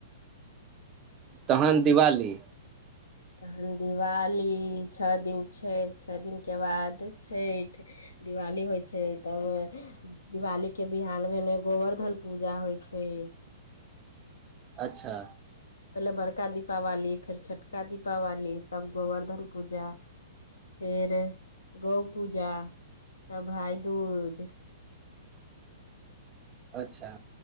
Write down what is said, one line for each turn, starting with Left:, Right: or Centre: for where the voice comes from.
Right: तहन दिवाली
Left: तहन दिवाली छ दिन छै छ दिनके बाद छठि दिवाली होइ छै तब दिवालीके बिहान भने गोबर्धन पूजा होय छै
Right: अच्छा
Left: पहिले बड़का दीपावली फेर छोटका दीपावली तब गोवर्धन पूजा फिर गौ पूजा तब भाइदूज
Right: अच्छा